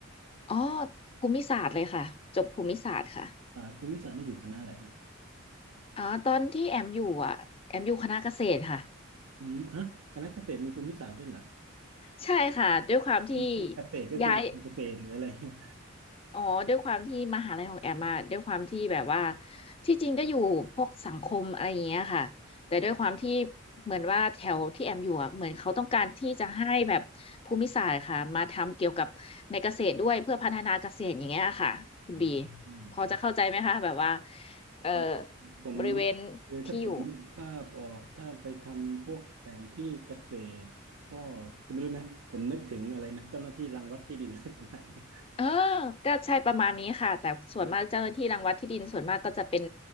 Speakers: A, on the left; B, on the right.
A: อ๋อภูมิศาสตร์เลยค่ะจบภูมิศาสตร์ค่ะ
B: ศาสตร์ภูมิศาสตร์นี่อยู่คณะอะไรฮะ
A: อ๋อตอนที่แอมอยู่อ่ะแอมอยู่คณะเกษตรค่ะ
B: อืมฮะคณะเกษตรมีภูมิศาสตร์ด้วยเหรอ
A: ใช่ค่ะด้วยความที่
B: ผมว่าเกษตรก็คือไปนทำเกษตรหรืออะไรเงี้ย
A: ย้ายอ๋อด้วยความที่มหาลัยของแอมมาด้วยความที่แบบว่าที่จริงก็อยู่พวกสังคมอะไรอย่างเงี้ยค่ะแต่ด้วยความที่เหมือนว่าแถวที่แอมอยู่อ่ะเหมือนเขาต้องการที่จะให้แบบภูมิศาสตร์ค่ะมาทำเกี่ยวกับในเกษตรด้วยเพื่อพัฒนาเกษตรอย่างเงี้ยค่ะคุณบี
B: อ๋อ
A: พอจะเข้าใจไหมคะแบบว่า
B: ครับ
A: เอ่อ
B: เออผม
A: บริเวณ
B: เออถ้าผมนึกภาพออกถ้าไปทำพวกแผนที่เกษตรก็คือไม่รู้นะผมนึกถึงอะไรนะเจ้าหน้าที่รังวัดที่ดิน
A: ที่อยู่
B: <laughs> อะไรประมาณเนี้ย
A: เออ ก็ใช่ประมาณนี้ค่ะแต่ส่วนมากเจ้าหน้าที่รังวัดที่ดินส่วนมากก็จะเป็น
B: เออ